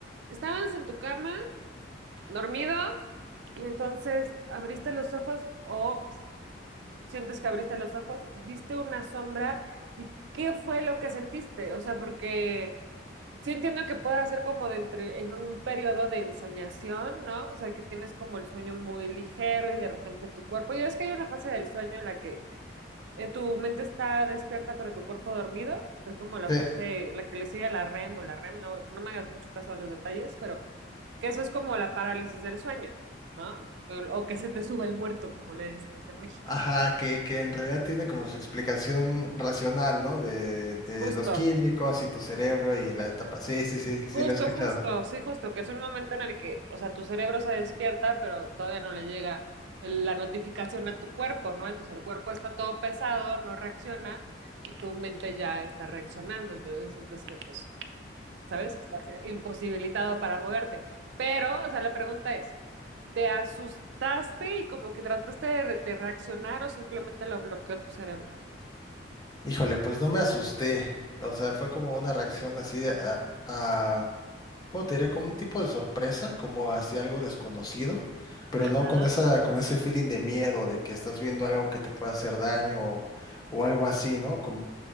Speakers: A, on the right; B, on the left.
A: estabas en tu cama, dormido, y entonces abriste los ojos o sientes que abriste los ojos, viste una sombra y qué fue lo que sentiste? O sea, porque sí entiendo que pueda ser como de entre, en un periodo de ensoñación, ¿no? O sea, que tienes como el sueño muy ligero y de repente tu cuerpo, ya es que hay una fase del sueño en la que eh, tu mente está despierta pero tu cuerpo dormido, que es como la
B: sí.
A: fase, la que le sigue a la REM o la REM, no, no me hagas mucho caso a los detalles, pero que eso es como la parálisis del sueño, ¿no? O o que se te sube el muerto, como le decimos en México.
B: Ajá, que, que en realidad tiene como su explicación racional, ¿no? De, de
A: Justo.
B: los químicos y tu cerebro y la etapa. Sí, sí, sí, sí,
A: Justo,
B: lo he escuchado.
A: justo, sí, justo, que es un momento en el que, o sea, tu cerebro se despierta, pero todavía no le llega el- la notificación a tu cuerpo, ¿no? Entonces el cuerpo está todo pesado, no reacciona y tu mente ya está reaccionando, entonces sientes que, pues, ¿sabes? Que estás imposibilitado para moverte. Pero, o sea, la pregunta es, ¿te asustaste y como que trataste de, re- de reaccionar o simplemente lo bloqueó tu cerebro?
B: Híjole, pues no me asusté. O sea, fue como una reacción así de a, a, ¿cómo te diré? Como un tipo de sorpresa, como hacia algo desconocido, pero
A: Ajá,
B: no con esa, con ese feeling de miedo, de que estás viendo algo que te puede hacer daño o, o algo así, ¿no?